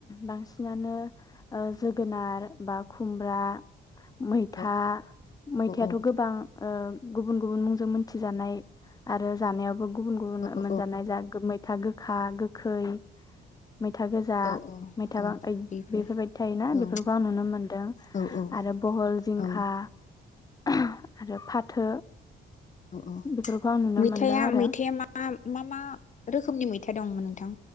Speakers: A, on the left; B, on the left.
A: बांसिनानो ओ ज गोनार बा खुमब्रा मैथा
B: औ
A: मैथायाथ'
B: औ
A: गोबां गुबुन गुबुन मुंजों थुजानाय आरो जानायावबो गुबुन गुबुन
B: औ
A: मोनजानाय
B: औ
A: जा मैथा गोखा गोखै मैथा गोजा
B: औ औ
A: मैथा
B: औ
A: बां
B: बेफोर
A: बेफोरबायदि थायोना
B: औ
A: बेफोरखौ आं नुनो मोनदों
B: औ
A: आरो बहल जिंखा
B: औ
A: आरो फाथो
B: औ‌ औ।
A: बेफोरखौ आं नुनो
B: मैथाया
A: मोनदों आरो
B: मैथाया मा मा मा रोखोमनि मैथा दंमोन नोंथां